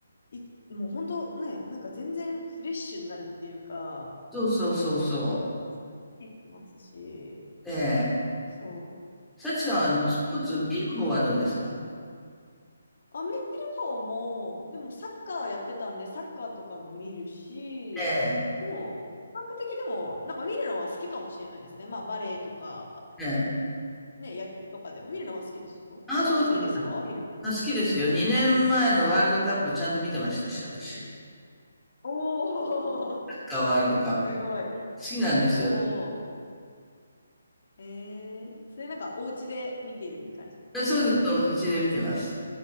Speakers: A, on the left; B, in the centre.
A: う。い、もう本当ね、なんか全然フレッシュになるっていうか、
B: そうそうそうそ
A: なんか、ますし、
B: う。ええ。
A: そ
B: 幸さんは、
A: う、なんか、
B: あの、スポーツ見る方はどうですか
A: なんかあ、見る方も、でもサッカーやってたんで、サッカーとかも見るし、
B: ええ。
A: でも、比較的でも、なんか見るのは好きかもしれないですね。まあ、バレエとか、
B: ええ。
A: ね、野球とかでも見るのは好きですよ。
B: ああ、
A: あ、
B: そうですか。
A: 好きですか見るの。
B: あ、好きですよ。2年前のワールドカップちゃんと見てましたし、私。サッ
A: おー、<laughs>
B: カーワールドカップ。
A: すごい。
B: 好きなんですよ。
A: おー。えー、それなんかお家で見ているって感じですか
B: えそうですよ。うちで見てます。